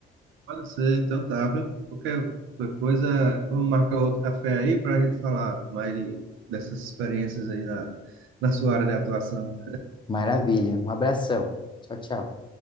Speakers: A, on the right (about 80°); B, on the left (about 25°).
A: Pode ser, então tá, viu? Qualquer qualquer coisa, vamos marcar outro café aí para a gente falar mais de- dessas experiências aí na, na sua área de atuação.
B: Maravilha. Um abração. Tchau, tchau.